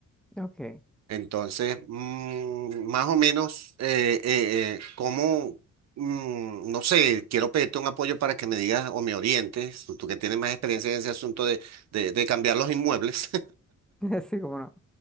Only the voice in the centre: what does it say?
Ok,
<laughs> así como no.